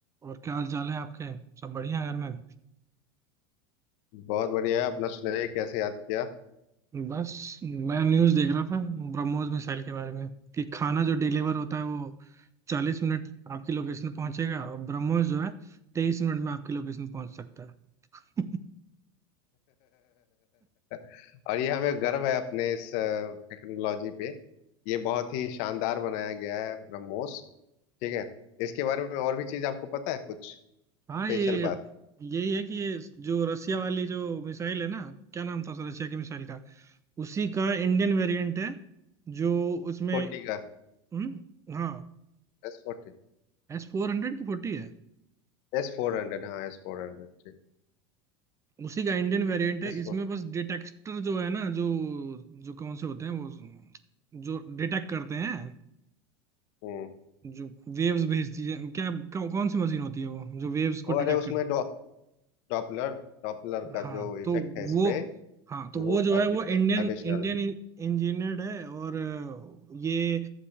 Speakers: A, on the right; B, on the left.
A: और क्या हाल चाल है आपके सब बढ़िया है घर में
B: बहुत बढ़िया अपना सुनाइए कैसे याद किया
A: बस मैं न्यूज़ देख रहा था ब्रह्मोस मिसाइल के बारे में कि खाना जो डिलीवर होता है वो चालीस मिनट आपकी लोकेशन पे पहुंचेगा और ब्रह्मोस जो है तेईस मिनट में आपकी लोकेशन पहुंच सकता है <laughs>
B: <laughs> और ये हमें गर्व है अपने इस टेक्नोलॉजी पे ये बहुत ही शानदार बनाया गया है ब्रह्मोस ठीक है इसके बारे में और भी चीज आपको पता है कुछ
A: हाँ
B: स्पेशल
A: ये
B: बात
A: यही है कि ये जो रसिया वाली जो मिसाइल है ना क्या नाम था उस रसिया की मिसाइल का उसी का इंडियन वेरिएंट है जो उसमें
B: फोर्टी का
A: हम्म, हाँ
B: S forty
A: एस फोर हंड्रेड की फोर्टी है
B: S four hundred हाँ एस फोर हंड्रेड ठीक
A: उसी का इंडियन वेरिएंट है
B: S
A: इसमें
B: four
A: बस डिटेक्टर जो है ना जो जो कौन से होते हैं वो जो डिटेक्ट करते हैं
B: हम्म
A: जो वेव्स भेजती है क्या कौ, कौन सी मशीन होती है वो जो वेव्स को
B: ओ अरे
A: डिटेक्ट
B: उसमें
A: कर
B: डॉ डॉपलर डॉपलर का
A: हाँ
B: जो
A: तो
B: इफेक्ट है इस
A: वो
B: पे
A: हाँ तो
B: वो
A: वो जो
B: एडिशनल
A: है वो इंडियन इंडियन इंजीनियर्ड है और अ, ये